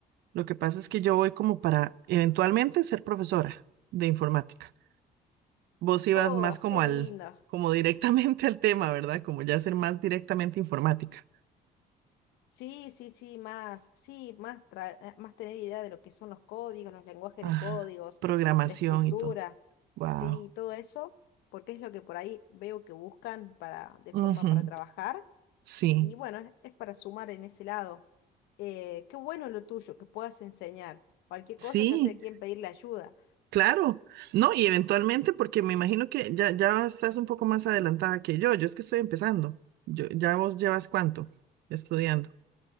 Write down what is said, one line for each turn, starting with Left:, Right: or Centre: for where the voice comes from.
Right: Lo que pasa es que yo voy como para eventualmente ser profesora de informática. Vos ibas
Left: Oh,
Right: más como
Left: qué
Right: al,
Left: lindo.
Right: como directamente <laughs> al tema, ¿verdad? Como ya ser más directamente informática.
Left: Sí, sí, sí, más, sí, más, tra- eh, más tener idea de lo que son los códigos, los lenguajes
Right: Ah,
Left: de códigos,
Right: programación
Left: la estructura,
Right: y todo.
Left: sí,
Right: Wow.
Left: todo eso, porque es lo que por ahí veo que buscan para, de
Right: Ujú.
Left: forma para trabajar,
Right: Sí,
Left: y bueno, es, es para sumar en ese lado. Eh, qué bueno lo tuyo, que puedas enseñar. Cualquier
Right: sí,
Left: cosa, ya sé a quién pedirle ayuda.
Right: claro. No, y eventualmente, porque me imagino que ya, ya estás un poco más adelantada que yo. Yo es que estoy empezando. Yo, ¿ya vos llevas cuánto estudiando?